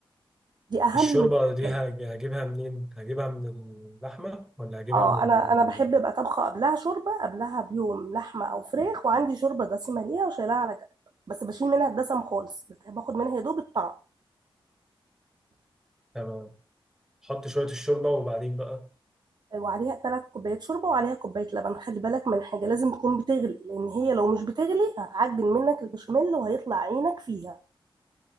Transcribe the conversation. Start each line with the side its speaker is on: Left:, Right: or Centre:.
Right: دي اهم
Centre: الشوربه دي
Right: حاجة
Centre: هج- هجيبها منين هجيبها من اللحمه ولا هجيبها
Right: اه
Centre: من
Right: انا
Centre: من-
Right: انا بحب ابقى طبخه قبلها شوربه قبلها بيوم لحمه او فراخ وعندي شوربه دسمه ليها وشايلها على جنب بس بشيل منها الدسم خالص بس باخد منها يا دوب الطعم
Centre: تمام احط شويه الشوربه وبعدين بقى
Right: وعليها ثلاث كوبايات شوربه وعليها كوبايه لبن خلي بالك من حاجه لازم تكون بتغلي لان هي لو مش بتغلي هتعجن منك البشاميل وهيطلع عينك فيها